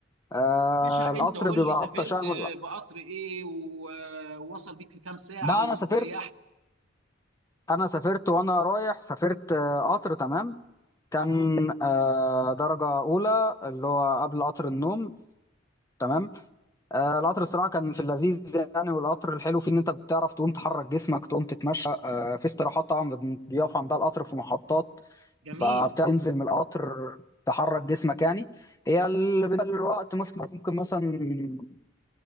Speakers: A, on the left (about 15°); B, on the right (about 80°).
A: آه
B: يا باشا
A: القطر
B: انت قول
A: بيبقى
B: لي سافرت
A: ابطأ شهر
B: آه، بقطر ايه و- آه، ووصل بيك في كام ساعه
A: ده انا
B: واستريحت
A: سافرت انا سافرت وانا رايح سافرت آه قطر تمام كان
B: اه
A: آه درجة أولى اللي هو قبل قطر النوم تمام آه القطر الصراحة كان في اللذيذ يعني والقطر الحلو فيه إن أنت بتعرف تقوم تحرك جسمك تقوم تتمشى آه في استراحات طبعا بن- بيقف عندها القطر في محطات
B: جميل
A: فبتنزل من القطر تحرك جسمك يعني هي ال- بالنسبة للوقت مثلا ممكن مثلا